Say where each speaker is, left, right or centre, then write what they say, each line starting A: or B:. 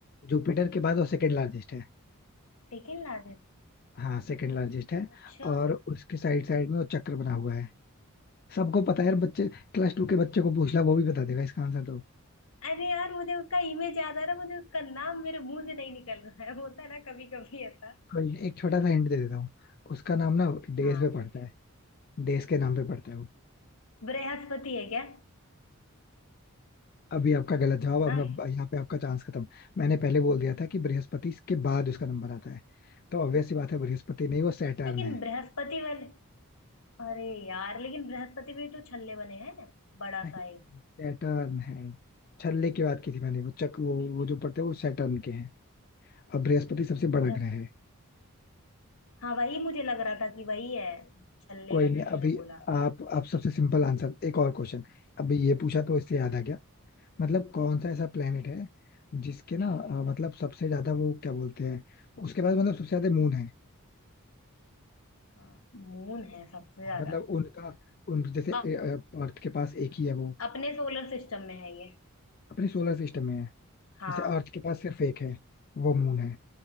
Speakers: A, on the left; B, on the left.
A: जुपिटर के बाद वो सेकंड लार्जेस्ट है
B: Second largest
A: हाँ सेकंड लार्जेस्ट है
B: अच्छा
A: और उसके साइड साइड में वो चक्र बना हुआ है सबको पता है यार बच्चे क्लास टू के बच्चे को पूछ ला वो भी बता देगा इसका आंसर
B: अरे यार मुझे उसका इमेज याद आ रहा है मुझे उसका नाम मेरे मुंह से नहीं निकल रहा है <laughs> होता है ना कभी कभी ऐसा
A: कोई एक छोटा सा हिंट दे देता हूँ उसका नाम ना देश
B: हाँ
A: पे पड़ता है देश के नाम पे पड़ता है वो
B: बृहस्पति है क्या
A: अभी आपका गलत जवाब अब
B: हाँ
A: मैं- यहाँ पे आपका चांस खत्म मैंने पहले बोल दिया था कि बृहस्पति के बाद उसका नंबर आता है तो ऑब्वियस सी बात है बृहस्पति नहीं वो सैटर्न
B: लेकिन
A: है
B: बृहस्पति वाले अरे यार लेकिन बृहस्पति भी तो छल्ले बने हैं बड़ा
A: नहीं
B: सा एक
A: सैटर्न है छल्ले की बात की थी मैंने वो चक वो वो जो पड़ते हैं वो सैटर्न के हैं अब बृहस्पति सबसे
B: अच्छा
A: बड़ा ग्रह है
B: हाँ वही मुझे लग रहा था कि वही है छल्ले
A: कोई
B: का
A: नहीं
B: जो तुमने
A: अभी
B: बोला
A: आप आप सबसे सिंपल आंसर एक और क्वेश्चन अभी ये पूछा तो इससे याद आ गया मतलब कौन सा ऐसा प्लेनेट
B: कुछ
A: है जिसके ना अ,
B: हम्म,
A: मतलब सबसे ज्यादा वो क्या बोलते हैं उसके पास मतलब सबसे ज्यादा मून है
B: हाँ, मून है सबसे ज्यादा
A: हाँ, मतलब उनका उन जैसे
B: अप,
A: अर्थ के पास एक ही है वो
B: अपने सोलर सिस्टम में है ये
A: अपने सोलर सिस्टम में है
B: हाँ
A: जैसे अर्थ के पास सिर्फ एक है वो मून है